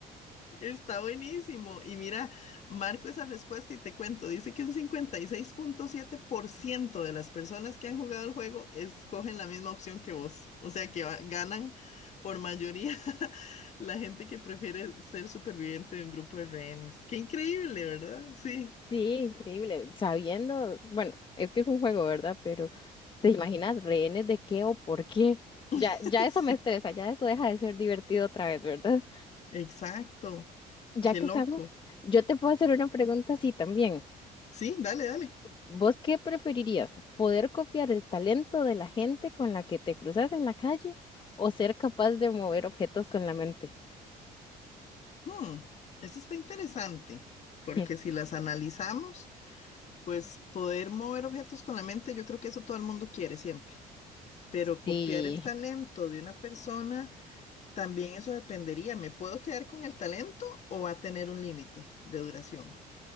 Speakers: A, on the left; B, on the left.
A: Está buenísimo. Y mira, marco esa respuesta y te cuento. Dice que un cincuenta y seis punto siete por ciento de las personas que han jugado el juego escogen la misma opción que vos. O sea que va- ganan por mayoría <laughs> la gente que prefiere ser superviviente de un grupo de rehenes. Qué increíble, ¿verdad? Sí,
B: sí, increíble. Sabiendo, bueno, es que es un juego, ¿verdad? Pero ¿te imaginas rehenes de qué o por qué?
A: <laughs>
B: Ya, ya eso
A: sí,
B: me estresa, ya eso deja de ser divertido otra vez, ¿verdad?
A: exacto.
B: Ya
A: Qué
B: que
A: loco.
B: estamos, yo te puedo hacer una pregunta así también.
A: Sí, dale, dale.
B: ¿Vos qué preferirías? ¿Poder copiar el talento de la gente con la que te cruzas en la calle o ser capaz de mover objetos con la mente?
A: Hmm, eso está interesante, porque
B: <laughs>
A: si las analizamos, pues poder mover objetos con la mente, yo creo que eso todo el mundo quiere siempre, pero copiar
B: Sí,
A: el talento de una persona, también eso dependería. ¿Me puedo quedar con el talento o va a tener un límite de duración?